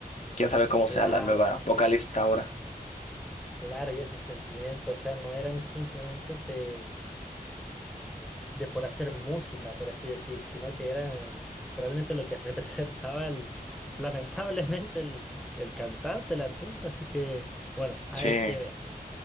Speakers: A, on the left (about 45°); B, in the centre.
A: Quién sabe cómo
B: Claro,
A: sea la nueva vocalista ahora.
B: claro, y esos sentimientos, o sea, no eran simplemente de, de por hacer música, por así decir, sino que eran realmente lo que <laughs> representaba el, lamentablemente el, el cantante, el artista, así que bueno, hay
A: Sí. Eh,
B: que ver.